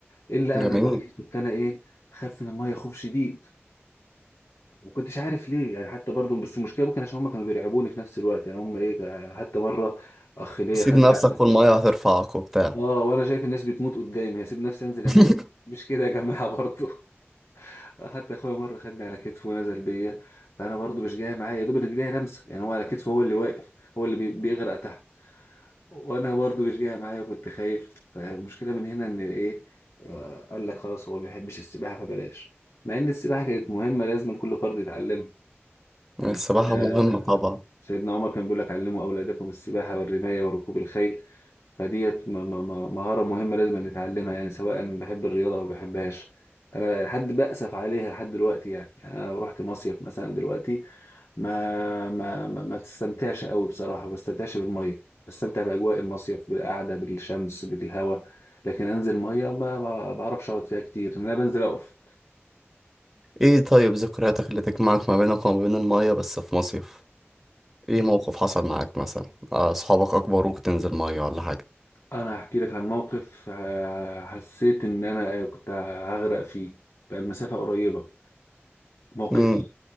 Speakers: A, on the left; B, in the centre.
A: إلا
B: جميل
A: أنا الوحيد كنت أنا إيه بخاف من المية خوف شديد ما كنتش عارف ليه يعني حتى برضو بس المشكله ممكن عشان هم كانوا بيرعبوني في نفس الوقت يعني هم ايه حتى مره اخ ليا
B: سيب
A: خد
B: نفسك
A: على
B: والمية هترفعك وبتاع
A: اه وانا شايف الناس بتموت قدامي هسيب نفسي انزل
B: <laughs>
A: اموت مش كده يا جماعه برضو <laughs> حتى اخويا مره خدني على كتفه ونزل بيا فانا برضو مش جاي معايا يا دوب رجليا لمسه يعني هو على كتفه هو اللي واقف هو اللي بي- بيغرق تحت وانا برضو مش جاي معايا كنت خايف فالمشكله من هنا ان ايه آه، قال لك خلاص هو ما بيحبش السباحه فبلاش مع ان السباحه كانت مهمه لازم كل فرد يتعلمها يعني
B: السباحة
A: آه،
B: مهمة طبعا
A: سيدنا عمر كان بيقول لك علموا أولادكم السباحة والرماية وركوب الخيل فديت م- م- م- مهارة مهمة لازم نتعلمها يعني سواء بحب الرياضة أو ما بحبهاش أنا حد بأسف عليها لحد دلوقتي يعني, يعني أنا لو رحت مصيف مثلا دلوقتي ما ما ما, ما تستمتعش قوي بصراحة ما بستمتعش بالمية بستمتع بأجواء المصيف بالقعدة بالشمس بالهواء لكن أنزل مية ما ما بعرفش أقعد فيها كتير إن أنا بنزل أقف
B: ايه طيب ذكرياتك اللي تجمعك ما بينك وما بين المية بس في مصيف ايه موقف حصل معاك مثلا آه، اصحابك اكبروك تنزل مية ولا حاجة
A: أنا هحكي لك عن موقف آه، حسيت إن أنا كنت هغرق فيه كان مسافة قريبة موقفي
B: امم